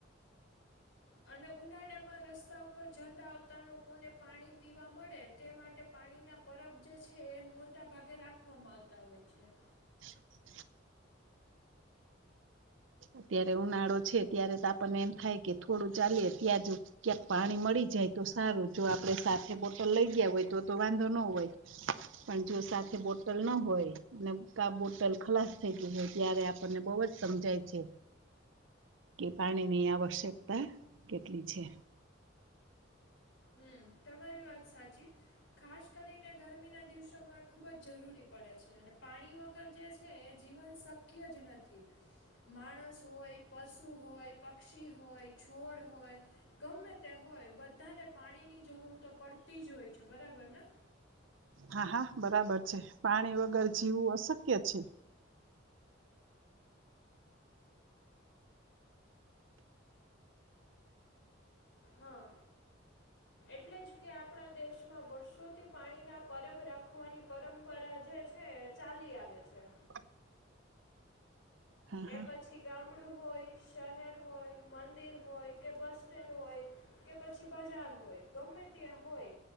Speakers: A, on the left; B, on the right.
A: અને ઉનાળામા રસ્તા ઉપર જતા, આવતા લોકોને પાણી પીવા મળે તે માટે પાણી પાણીના પરબ જે છે, એ મોટા ભાગે રાખવામાં આવતા હોય છે.
B: <unintelligible> અત્યારે ઉનાળો છે, ત્યારે તો આપણને એમ થાય કે થોડું ચાએ ત્યાં જ ક્યાંક પાણી મળી જાય તો સારું, જો આપડે સાથે બોટલ લઇ ગયા હોય, તો તો વાંધો ન હોય. પણ જો સાથે બોટલ ના હોય અને ક બોટલ ખલાસ થઈ, ગય હોય, ત્યારે આપણને બહ જ સમજાય છે કે પાણીની, આવશ્યકતા કેટલી છે.
A: હમ, તમારી વાત સાચી ખાસ કરીને ગરમીના દિવસોમાં ખુબજ જરૂરી પડે પડે છે, અને પાણી વગર જે છે, એ જીવન શક્ય જ નથી. માણસ, હોય. પશુ હોય, પક્ષી હોય, છોડ હોય, ગમે તે હોય બધાને પાણી ની જરૂર તો પડતી જ હોય છે બરાબર ને
B: હા હા બરાબર છે પાણી વગર જીવું અશક્ય છે.
A: હા. એટલે જ કે આપણા દેશમાં વર્ષોથી પાણીના પરબ રાખવાની પરંપરા જે છે ચાલી આવે છે.
B: <inaudible> હા
A: એ
B: હા
A: પછી ગામ ડું હોય શહેર હોય મંદિર હોય કે બસ સ્ટેન્ડ હોય કે પછી બજાર હોય ગમે ત્યાં હોય